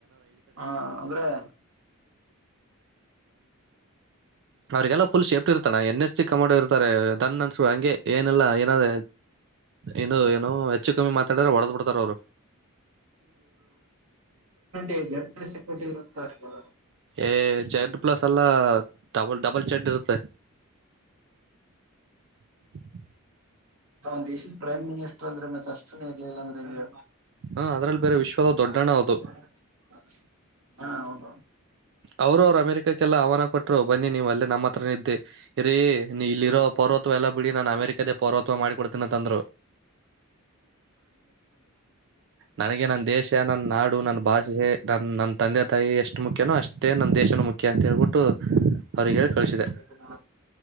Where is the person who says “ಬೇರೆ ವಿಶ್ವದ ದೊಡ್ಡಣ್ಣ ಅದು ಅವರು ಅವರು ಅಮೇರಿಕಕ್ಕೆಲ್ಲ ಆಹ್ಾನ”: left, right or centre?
Right